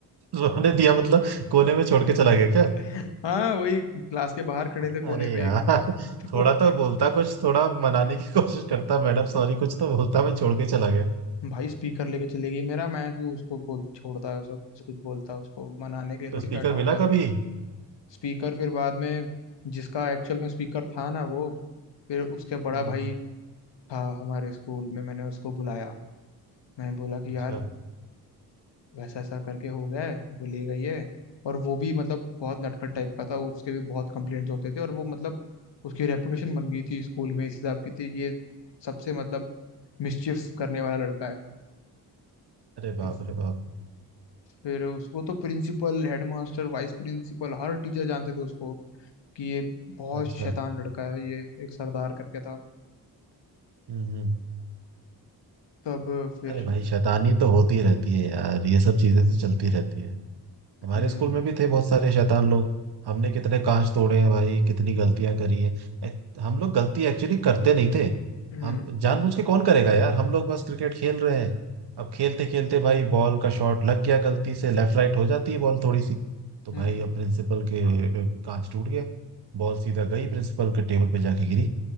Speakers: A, on the right (about 65°); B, on the left (about 75°).
A: रोने दिया मतलब कोने में छोड़ के चला गया क्या
B: <laughs> हाँ वही क्लास के बाहर खड़े
A: अरे
B: थे कोने में
A: यार
B: एक <laughs> तो
A: थोड़ा तो बोलता कुछ थोड़ा मनाने की कोशिश करता मैडम
B: हम्म।
A: सॉरी कुछ तो बोलता मैं छोड़ के चला गया
B: भाई स्पीकर लेके चले गई मेरा मैं क्यों उसको बोल छोड़ता ऐसा ऐसा कुछ बोलता उसको मनाने के लिए
A: तो
B: थोड़ी
A: स्पीकर
B: बैठा हूँ
A: मिला कभी
B: स्पीकर फिर बाद में जिसका एक्चुअल में स्पीकर था ना वो फिर उसके बड़ा
A: हम्म
B: भाई था हमारे स्कूल में मैंने उसको बुलाया मैं बोला कि
A: अच्छा
B: यार अ, वैसा ऐसा करके हो गया है वो ले गई है और वो भी मतलब बहुत नटखट टाइप का था उसके भी बहुत कंप्लेंट्स होते थे और वो मतलब उसकी रेपुटेशन बन गई थी स्कूल में इस हिसाब की थी ये सबसे मतलब मिसचिफ करने वाला लड़का है
A: अरे
B: तो
A: बाप अरे बाप
B: फिर उसको तो प्रिंसिपल हेडमास्टर वाइस प्रिंसिपल हर टीचर जानते थे उसको कि ये बहुत
A: अच्छा
B: शैतान लड़का है ये एक सरदार करके था
A: हम्म हम्म।
B: तब फिर
A: अरे भाई शैतानी तो होती रहती है यार ये सब चीजें तो चलती रहती है हमारे
B: हम्म
A: स्कूल में भी थे बहुत सारे शैतान लोग हमने कितने कांच तोड़े हैं भाई कितनी गलतियां करी है एक- हम लोग गलती एक्चुअली करते नहीं थे
B: हम्म
A: हम जानबूझ के कौन करेगा यार हम लोग बस क्रिकेट खेल रहे हैं अब खेलते खेलते भाई बॉल का शॉट लग गया गलती से लेफ्ट राइट हो जाती है बॉल थोड़ी सी तो
B: हम्म
A: भाई अब प्रिंसिपल के अ, कांच टूट गया बॉल सीधा गई प्रिंसिपल के टेबल पे जाके गिरी